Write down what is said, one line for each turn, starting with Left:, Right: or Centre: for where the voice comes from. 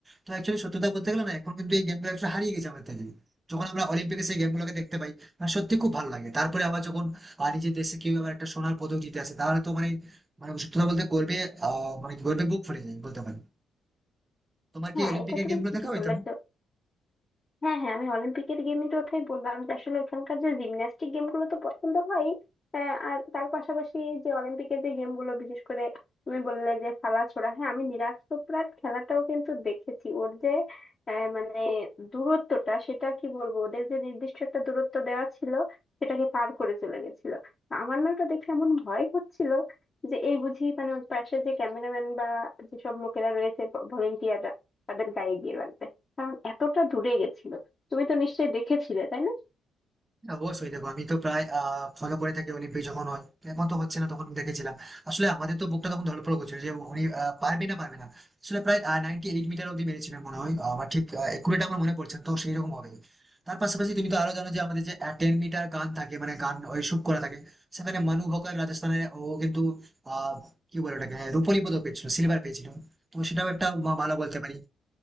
Right: তো অ্যাকচুয়ালি সত্যতা বলতে গেলে না এখন কিন্তু এই গেমগুলো হারিয়ে গেছে আমাদের থেকে যখন আমরা অলিম্পিকে সেই গেমগুলোকে দেখতে পাই আর সত্যি খুব ভালো লাগে তারপরে আবার যখন আহ, নিজের দেশে কেউ আবার একটা সোনার পদক জিতে আসে তাহলে তো মানে মানে সত্যি কথা বলতে গর্বে আহ মানে গর্বে বুক ফুলে যায় বলতে পারি তোমার কি
Left: হ্যাঁ
Right: অলিম্পিকের
Left: এটা তুমি
Right: গেমগুলো
Left: ঠিকই
Right: দেখা হয়
Left: বলেছ
Right: তেমন
Left: হ্যাঁ হ্যাঁ আমি অলিম্পিকের গেমের কথাই বললাম যে আসলে ওইখানকার যে জিমন্যাস্টিক গেমগুলো তো পছন্দ হয় আর তার পাশাপাশি যে অলিম্পিকের যে গেমগুলো বিশেষ করে তুমি বললে যে খালা ছোড়া হ্যাঁ আমি নিরাজ চোপড়ার খেলাটাও কিন্তু দেখেছি ওর যে আহ, মানে দূরত্বটা সেটা কি বলবো ওদের যে নির্দিষ্ট একটা দূরত্ব দেওয়া ছিল সেটাকে পার করে চলে গেছিল আমার না ওটা দেখে এমন ভয় হচ্ছিল যে এই বুঝি মানে ওর পাশে যে ক্যামেরাম্যান বা যেসব লোকেরা রয়েছে ভলেন্টিয়াররা তাদের গায়ে দিয়ে লাগবে কারণ এতটা দূরে গেছিল তুমি তো নিশ্চয়ই দেখেছিলে তাই না
Right: হ্যাঁ, অবশ্যই দেখো আমি তো প্রায় আহ ফলো করে থাকি অলিম্পিক যখন হয় এখন তো হচ্ছে না তখন দেখেছিলাম আসলে আমাদের তো বুকটা তখন ধড়ফড় করছিল যে উনি আহ, পারবে না পারবে না আসলে প্রায় নাইনটি এইট মিটার অব্দি মেরেছিলেন মনে হয় আমার ঠিক একুরেট আমার মনে পড়ছে না, তো সেই রকম হবে তার পাশাপাশি তুমি তো আরো জানো যে আমাদের যে টেন মিটার গান থাকে মানে গান ওই শুট করা থাকে সেখানে মানু বকার রাজস্থানে ও কিন্তু আহ কি বলে ওটাকে হ্যাঁ, রূপোলি পদক পেয়েছিল সিলভার পেয়েছিল তো সেটাও একটা ভালো বলতে পারি